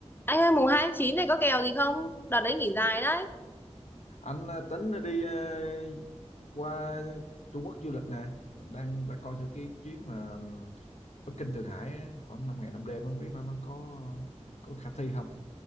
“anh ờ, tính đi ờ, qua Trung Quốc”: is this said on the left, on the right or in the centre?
Left